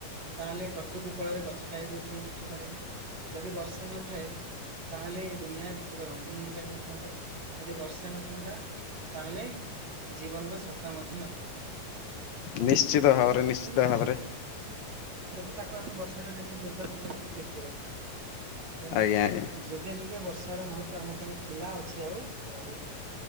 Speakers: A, on the right; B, on the left.
A: ତାହେଲେ ପ୍ରକୃତି କୋଳରେ ଗଛଟାଏ ବି ଉଠି ଉଠି ପାରେନି, ଯଦି ବର୍ଷେ ନଥାଏ ତାହେଲେ ଏ ଦୁନିଆ କେବେ ରଙ୍ଗୀନ ହେଇପାରି ନଥାନ୍ତା, ଯଦି ବର୍ଷା ନଥାନ୍ତା ତାହେଲେ ଜୀବନର ସତା ମଧ୍ୟ ନଥାନ୍ତା।
B: ନିଶ୍ଚିତ ଭାବରେ ନିଶ୍ଚିତ
A: ଯଦି
B: ଭାବରେ।
A: ଯଦି ତାକୁ ଆମେ ବର୍ଷା ଟାକୁ ଏତେ ଗୁରୁତ୍ୱପୂର୍ଣ୍ଣ ଭାବରେ ଦେଖିବା। ତେଣୁ
B: ଆଜ୍ଞା ଆଜ୍ଞା।
A: ଯୁଗେ ଯୁଗେ ବର୍ଷାର ମହତ୍ବ ଆମ ପାଇଁ ଥିଲା ଅଛି ଆଉ ରହିବ।